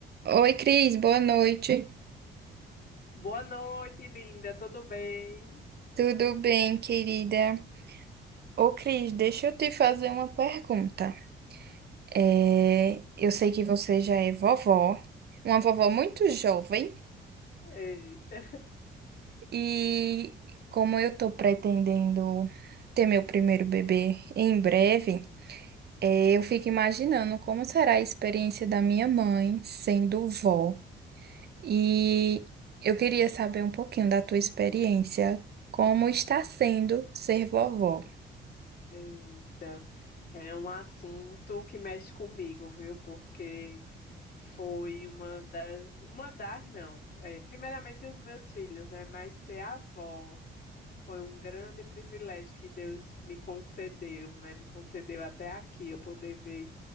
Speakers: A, on the right (about 55°); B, on the left (about 50°).
A: Oi, Cris, boa noite.
B: Boa noite, linda. Tudo bem?
A: Tudo bem, querida? Ô, Cris, deixa eu te fazer uma pergunta. É, eu sei que você já é vovó, uma vovó muito jovem,
B: Eita,
A: e como eu tô pretendendo ter meu primeiro bebê em breve, é, eu fico imaginando como será a experiência da minha mãe sendo vó. E eu queria saber um pouquinho da tua experiência, como está sendo ser vovó.
B: <laughs> eita. É um assunto que mexe comigo, viu? Porque foi uma das, uma das não. É, primeiramente os meus filhos, né? Mas ser avó foi um grande privilégio que Deus me concedeu, né? Me concedeu até aqui, eu poder ver